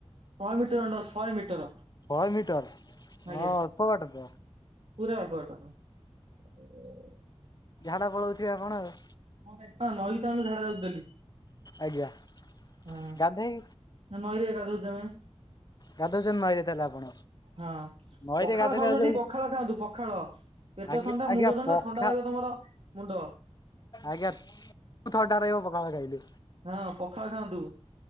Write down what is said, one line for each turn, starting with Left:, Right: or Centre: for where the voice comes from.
Right: ଶଏ ମିଟର ଖଣ୍ଡେ ଶଏ ମିଟର
Left: ଶହେ ମିଟର। ହଁ
Right: ଆଜ୍ଞା।
Left: ଅଳ୍ପ ବାଟ ତ
Right: ପୂରା ଅଳ୍ପ ବାଟ ଏ।
Left: ଝାଡା ପଳଉଥିବେ ଆପଣ ଆଉ?
Right: ହଁ ନଈକୁ ତ ଆମେ ଝାଡ଼ା ଯାଉଛୁ ଡେଲି।
Left: ଆଜ୍ଞା।
Right: ହଁ
Left: ଗାଧେଇ
Right: ନଈ ରେ ଗାଧଉଛୁ ଆମେ।
Left: ଗାଧଉଛନ୍ତି ନଈରେ ତାହେଲେ ଆପଣ?
Right: ହଁ
Left: ନଈରେ
Right: ପଖାଳ
Left: ଗାଧେଇଲା
Right: ଖାଉ ନାହାଁନ୍ତି
Left: ଯୋଉ
Right: ପଖାଳ ଖାଆନ୍ତୁ ପଖାଳ। ପେଟ
Left: ଆଜ୍ଞା
Right: ଥଣ୍ଡା
Left: ଆଜ୍ଞା
Right: ମୁଣ୍ଡ ଥଣ୍ଡା
Left: ପଖା
Right: ଥଣ୍ଡା ରହିବ ତମର ମୁଣ୍ଡ।
Left: ଆଜ୍ଞା ଥଣ୍ଡା ରହିବ ପଖାଳ ଖାଇଲେ।
Right: ହଁ ପଖାଳ ଖାଆନ୍ତୁ।